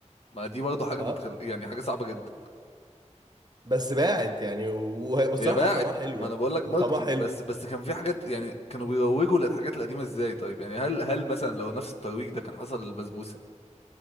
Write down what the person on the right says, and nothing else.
اه
بس باعت يعني و- والصراحه
طعمها حلو
يعني
وطعمها
حلو